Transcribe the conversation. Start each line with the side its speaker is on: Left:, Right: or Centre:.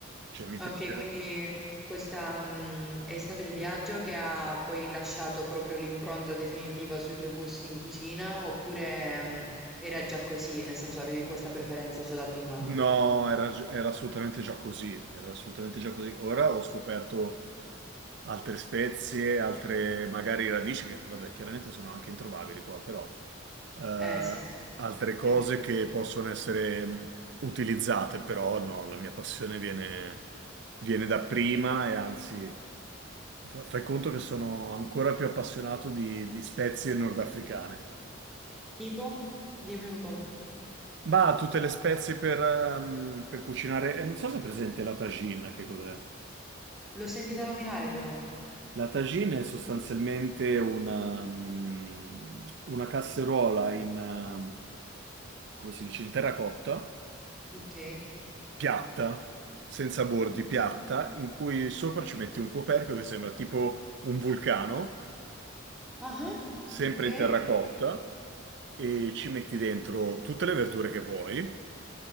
Right: Cioè, mi piace.
Centre: Ok, quindi questa, mh, è stato il viaggio che ha poi lasciato proprio l'impronta definitiva sui tuoi gusti in cucina, oppure, mh, era già così, nel senso avevi questa preferenza già da prima?
Right: No, era, gi- era assolutamente già così. Era assolutamente già così. Ora ho scoperto altre spezie, altre magari radici che, vabbè, chiaramente sono anche introvabili qua, però eh,
Centre: Eh sì,
Right: altre cose
Centre: è vero.
Right: che possono essere mh, utilizzate, però no, la mia passione viene, viene da prima e anzi, fa- fai conto che sono ancora più appassionato di, di spezie nordafricane.
Centre: Tipo? Dimmi un po'.
Right: Ma tutte le spezie per, ehm, per cucinare, e non so se è presente la tagine, che cos'è?
Centre: L'ho sentita nominare però.
Right: La tagine è sostanzialmente una, mm, una casseruola in, ehm, come si dice, in terracotta
Centre: Ok.
Right: piatta, senza bordi,
Centre: Mh-mh.
Right: piatta, in cui sopra ci metti un coperchio che sembra tipo un vulcano,
Centre: Ah-ah,
Right: sempre
Centre: okay,
Right: in terracotta, e ci metti dentro tutte le verdure che vuoi.